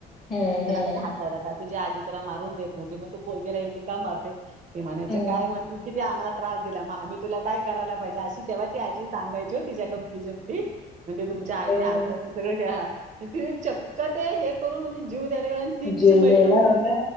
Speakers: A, on the left; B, on the right.
A: हं, हं,
B: तुला कधी
A: हं.
B: हात लावला का तुझ्या आजी तुला मारून देत नव्हती मग तू पोरगीला एवढी का मारते ते म्हणाय
A: हो,
B: काय म तु आमला त्रास दिला मग आम्ही तुला काय करायला पाहिजे अशी तेव्हा ती आजी सगायची हो तिच्या गमती जमती म्हणजे तुमच्या आईने असं
A: हो.
B: असं सगळं के तिने चक्क ते हे करून म्हणजे जीव त्यायला गे ती तिची
A: जीव
B: मैत्रण
A: द्यायला
B: होती
A: हो
B: ती
A: ना.